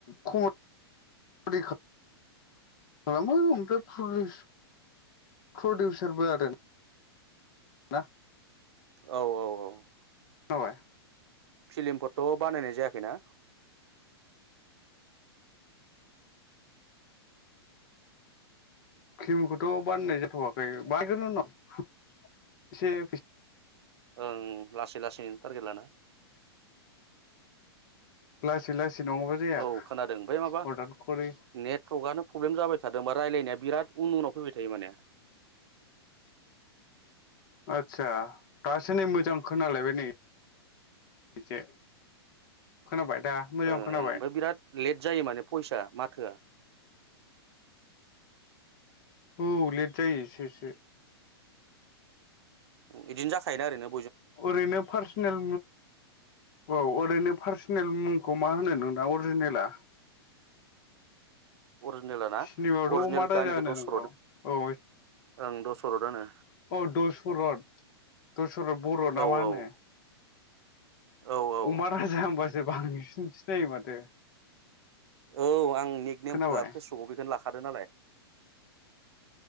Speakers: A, on the left; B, on the right.
A: कमडि खालामो ओमफ्राय प्र-प्रडिउसारबो आरो ना।
B: औ औ औ।
A: खोनाबाय।
B: फिलिमफोरथ' बानायनाय जायाखैना?
A: फिलिमखौथ' बानायनाय जाथ'वाखै बानायगोन उनाव एसे फैसा
B: ओं। लासै लासै थारगेट लाना।
A: लासै लासै नङाबा जाया
B: औ खोनादों ओमफ्राय माबा
A: हरदान खरि
B: नेटवर्कआनो प्रब्लेम जाबाय थादों बा रायज्लायनाया बिराद उन उनाव फैबाय थायो माने।
A: आदसा दासो नै मोजां खोनालायबाय नै एसे। खोनाबाय दा मोजां
B: ओ ओ ओमफ्राय
A: खोनाबाय
B: बिराद लेट जायो माने भयेसआ माथोआ।
A: औ लेट जायो एसे एसे।
B: बिदिनो जाखायोना आरैनो।
A: ओरैनो पार्सनेल औ ओरैनो पार्सनेल मुंखौ मा होनो नोंना अरिजिनेला
B: अरिजिनेल ना
A: सिनेमायावथ'
B: अरिजिनेलखौ
A: अमा राजा
B: आंनिखौ
A: होनो
B: दसरद'
A: नोंखौ
B: ओं
A: औ
B: दस दसर'तआनो।
A: औ दसर'त दसर'द बर' ना
B: औ
A: मा होनो।
B: औ औ औ
A: अमा राजा होनबासो बांसिन सिनायो माथो।
B: औ आं निक नेमखौआ
A: खोनाबाय
B: फेसबुकव बेखौनो लाखादो नालाय।